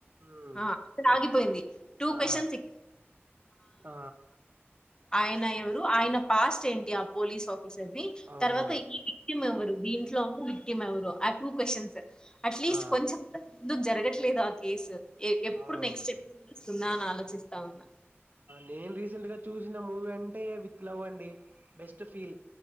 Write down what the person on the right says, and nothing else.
ఉమ్
ఆ
ఆ
అవునవును
ఆ
అవునవును
నేను రీసెంట్ గా చూసిన మూవీ అంటే విత్ లవ్ అండి బెస్ట్ ఫీల్